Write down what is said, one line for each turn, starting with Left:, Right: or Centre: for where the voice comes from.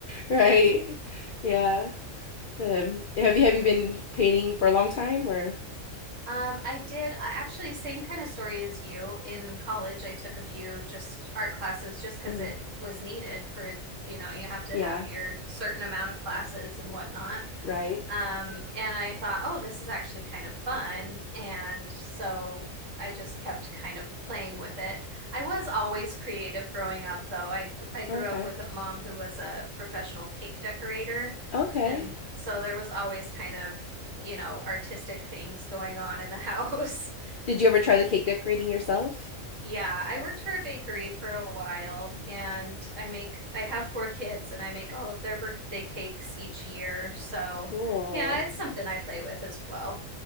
Left: right yeah um, have you have you been painting for a long time or
Right: Um, I did, I actually, same kind of story as you. In college, I took a few just art classes just because
Left: Mhm.
Right: it was needed for, you know, you have to
Left: yeah
Right: have your certain amount of classes and whatnot.
Left: right
Right: Um, and I thought, oh, this is actually kind of fun. And so I just kept kind of playing with it. I was always creative growing up, though. I I grew
Left: okay
Right: up with a mom who was a professional cake decorator,
Left: okay
Right: and so there was always kind of, you know, artistic things going on in the house. <laughs>
Left: did you ever try the cake decorating yourself
Right: Yeah, I worked for a bakery for a while, and I make I have four kids, and I make all of their birthday cakes each year. So,
Left: cool
Right: yeah, it's something I play with as well.